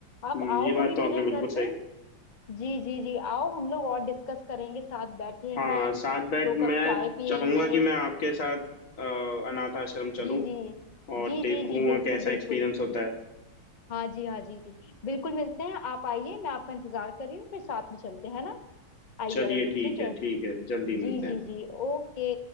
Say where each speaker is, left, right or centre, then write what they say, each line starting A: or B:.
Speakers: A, on the left; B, on the left.
A: आप
B: हम्म
A: आओ
B: ये बात
A: कभी
B: तो
A: मेरे
B: आपने बिल्कुल
A: घर
B: सही
A: पे
B: कही
A: जी जी जी आओ हम लोग और डिस्कस करेंगे साथ बैठेंगे
B: हाँ साथ बैठ
A: दो कप
B: मैं
A: चाय पियेंगे
B: चाहूंगा कि मैं आपके साथ अ, अनाथ आश्रम चलूं
A: जी जी
B: और
A: जी
B: देखूं
A: जी जी
B: वहाँ
A: बिल्कुल
B: कैसा
A: बिल्कुल
B: एक्सपीरियंस होता है
A: हाँ जी हाँ जी बिल्कुल मिलते हैं आप आइए मैं आपका इंतजार कर रही हूँ फिर साथ में चलते हैं ना आइए
B: चलिए
A: आइए
B: ठीक
A: ठीक
B: है
A: है
B: ठीक है जल्दी
A: जी
B: मिलते
A: जी
B: हैं
A: जी ओके